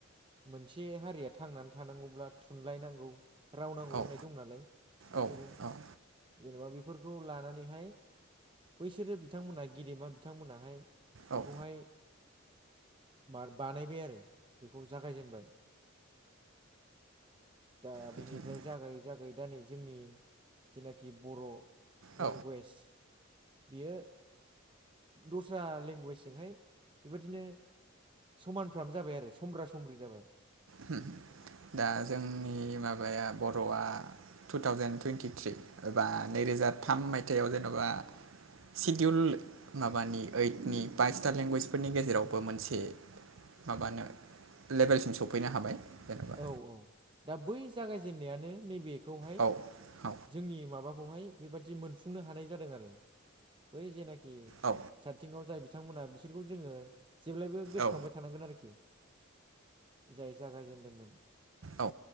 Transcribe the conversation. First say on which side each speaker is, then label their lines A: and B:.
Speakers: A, on the right; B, on the right.
A: मोनसे हारिया थांनानै थानांगौब्ला थुनलायनांगौ। राव नांगौ होननाय
B: औ
A: दं नालाय बेफोरो
B: औ औ
A: जेनेबा बेफोरखौ लानानैहाय। बैसोरो बिथांमोनहा गेदेमा बिथांमोनाहाय
B: औ
A: बेखौहाय बार बानायबाय आरो बेखौ जागायजेनबाय। दा
B: बिदिनो
A: बिनिफ्राय जागायै जागायै दा नै जोंनि जेनाखि बर'
B: औ
A: लेंगुवेज बेयो दस्रा लेंगुवेजजोंहाय बेबादिनो समानफ्राम जाबाय आरो समब्रा समब्रि जाबाय।
B: होम दा जोंनि माबाया बर'आ टु थावजेेन टुइन्टिथ्रि एबा नैरोजा थाम मायथाइयाव जेन'बा सिडिउल माबानि ओइटनि बाइसथा लेंगुवेजफोरनि गेजेरावबो मोनसे माबानो लेभेलसिम सफैनो हाबाय। जेनेबा
A: औ औ दा बै जागायजेननायानो नैबेखौहाय
B: औ औ
A: जोंनि माबा खौहाय बेबायदि मोनफुंनो हानाय जादों आरो बै जेना खि स्टार्टिंआव
B: औ
A: जाय बिथांमोना बिसोरखौ जोङो जेब्लायबो गोसोखांबाय
B: औ
A: थानांगोन आरोखि जाय जागायजेनदोंमोन
B: औ